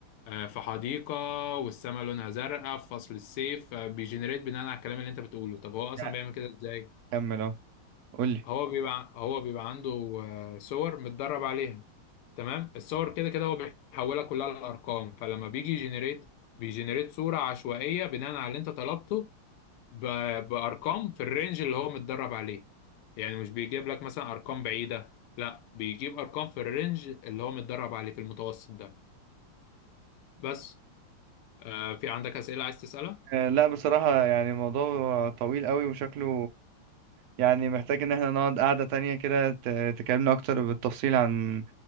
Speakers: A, on the left (about 90°); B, on the right (about 75°).
A: آه، في حديقة والسماء لونها زرقاء في فصل الصيف بيجنريت بناء على الكلام اللي انت بتقوله طب هو اصلا
B: يعني
A: بيعمل كده ازاي
B: كمل اه قولي
A: هو بيبقى هو بيبقى عنده آه، صور متدرب عليها تمام الصور كده كده هو بيحولها كلها لارقام فلما بيجي يجنريت بيجنريت صورة عشوائية بناء على اللي انت طلبته ب... بارقام في الرينج اللي هو متدرب عليه يعني مش بيجيب لك مثلا ارقام بعيدة لا بيجيب ارقام في الرينج اللي هو متدرب عليه في المتوسط ده بس آه في عندك اسئلة عايز تسألها
B: آه، لا بصراحة يعني الموضوع طويل قوي وشكله يعني محتاج ان احنا نقعد قعدة تانية كده ت- تكلمنا اكتر بالتفصيل عن